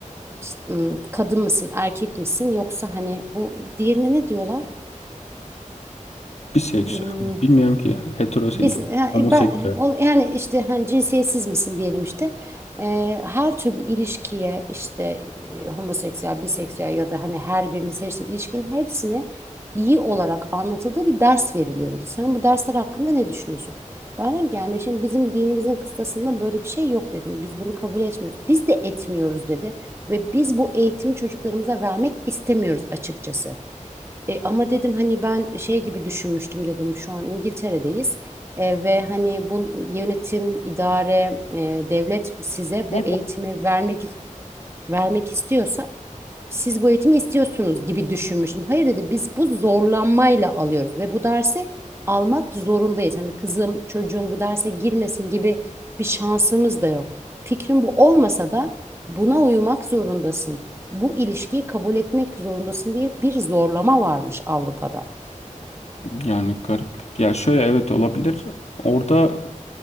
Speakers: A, on the right; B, on the left.
A: işte, ım, kadın mısın, erkek misin yoksa hani bu diğerine ne diyorlar?
B: Biseksüel.
A: Im,
B: Bilmiyorum ki. Heteroseksüel.
A: biz yani
B: Homoseksüel.
A: ben o- yani işte hani cinsiyetsiz misin diyelim işte Ee, her türlü ilişkiye işte e, homoseksüel, biseksüel ya da hani her birini seçtiğin ilişkinin hepsine iyi olarak anlatıldığı bir ders veriliyor dedi. Sen bu dersler hakkında ne düşünüyorsun? Ben dedim ki yani şimdi bizim dinimizin kıstasında böyle bir şey yok dedim. Biz bunu kabul etmiyoruz. Biz de etmiyoruz dedi. Ve biz bu eğitimi çocuklarımıza vermek istemiyoruz açıkçası. E, ama dedim hani ben şey gibi düşünmüştüm dedim şu an İngiltere'deyiz E, ve hani bu yönetim, idare, e, devlet size
B: Ne
A: bu eğitimi
B: bu?
A: vermek vermek istiyorsa siz bu eğitimi istiyorsunuz gibi düşünmüştüm. Hayır dedi biz bu zorlanmayla alıyoruz ve bu dersi almak zorundayız. Hani kızım çocuğum bu derse girmesin gibi bir şansımız da yok. Fikrin bu olmasa da buna uyumak zorundasın. Bu ilişkiyi kabul etmek zorundasın diye bir zorlama varmış Avrupa'da.
B: Yani garip. Ya şöyle evet olabilir. Orada